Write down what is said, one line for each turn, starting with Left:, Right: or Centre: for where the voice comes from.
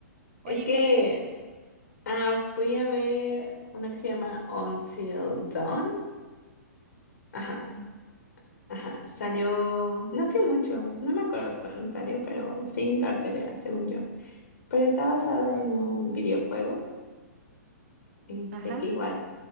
Right: Oye,
Left: Es que
Right: ¿cuál viste?
Left: Ah, fui a ver una que se llama Until Dawn. Ajá,
Right: Ok.
Left: ajá. Salió, no tiene mucho, no me acuerdo cuándo salió, pero sí en cartelera, según yo. Pero está basada en un videojuego, este,
Right: Ajá.
Left: que igual